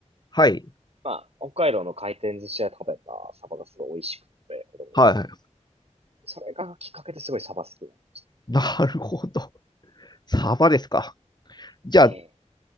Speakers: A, on the left; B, on the right.
A: はい。
B: まあ、北海道の回転寿司屋で食べたサバがすごい美味しくて、子供の頃に。
A: はい。
B: それがきっかけですごいサバ好きになりました。
A: なるほど。サバですか。じゃあ、
B: ええ。